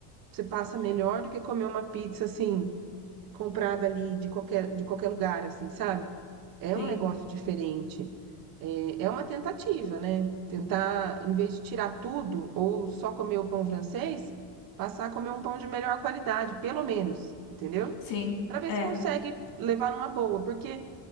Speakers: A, on the right; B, on the left.
A: você passa melhor do que comer uma pizza assim comprada ali de qualquer de qualquer lugar, assim, sabe? É
B: Sim,
A: um negócio diferente. É, é uma tentativa, né? Tentar, em vez de tirar tudo ou só comer o pão francês, passar a comer um pão de melhor qualidade, pelo menos, entendeu?
B: sim,
A: para ver
B: é,
A: se consegue levar numa boa, porque